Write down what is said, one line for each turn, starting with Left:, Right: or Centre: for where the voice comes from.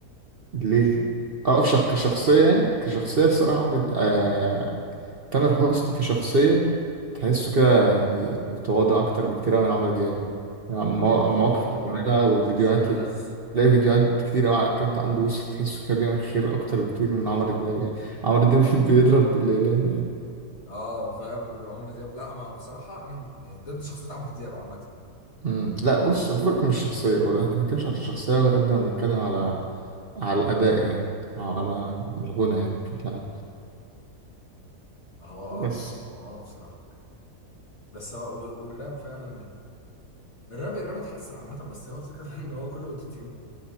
Right: ليه كده؟ أه شخ- كشخصية يعني كشخصية الصراحة عمرو د- آه... تامر حسني كشخصية تحسه كده يعني متواضع أكتر بكتير أوي من عمرو دياب يعني يعني المو-
Left: هو
Right: المواقف
Left: هو
Right: اللي بيعملها
Left: هو هو
Right: والفيديوهات
Left: شخصية ألذ
Right: تلاقي فيديوهات كتير أوي على الأكونت عنده وش تحسه كده بيعمل خير أكتر بكتير من عمرو دياب يعني عمرو دياب <laughs> بيضرب بالإعلام يعني
Left: اه فاهم عمرو دياب لا ما بصراحة أنا م- يعني ضد شخصية عمرو دياب عامة
Right: مم. لا بص الفرق مش الشخصية برضه احنا بنتكلمش على الشخصية أوي قد ما بنتكلم على على الأداء يعني على الغنى يعني بشكل عام
Left: هو اه
Right: بس
Left: هو اه بصراحة بس هو والراب فعلا الراب الراب اتحسن عامة بس هو الفكرة فعلا ان هو كله اوتوتيون